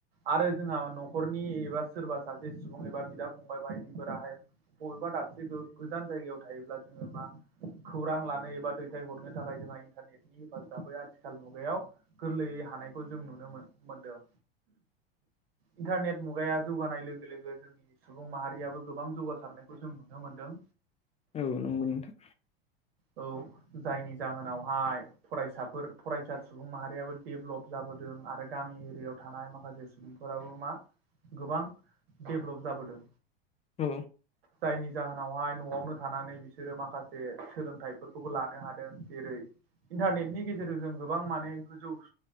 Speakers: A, on the right; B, on the left.
A: आरो जोंहा न'खरनि एबा सोरबा सासे सुबुं एबा बिदा फंबाय बायदिफोराहाय बबेबा दाबसे गोजान जायगायाव थायोब्ला जोङो मा खौरां लानो एबा दैथायहरनो थाखाय जोंहा इन्टारनेटनि हेफाजाबै आथिखाल मुगायाव गोरलैयै हानायखौ जों नुनो मोनदों इन्टारनेट मुगाया जौगानाय लोगो लोगो जोंनि सुबुं माहारियाबो गोबां जौगासारनायखौ जों नुनो मोनदों।
B: औ नोंगौ नोंथां।
A: औ जायनि जाहोनावहाय फरायसाफोर फरायसा सुबुं माहारियाबो देडेलप जाबोदों आरो गामि एरियायाव थानाय माखासे सुबुंफोराबो मा गोबां डेभ्लप जाबोदों
B: औ
A: जायनि जाहोनावहाय न'आवनो थानानै बिसोरो माखासे सोलोंथाइफोरखौबो लानो हादों जेरै इन्टारनेटनि गेजेरजों जों गोबां माने गोजौ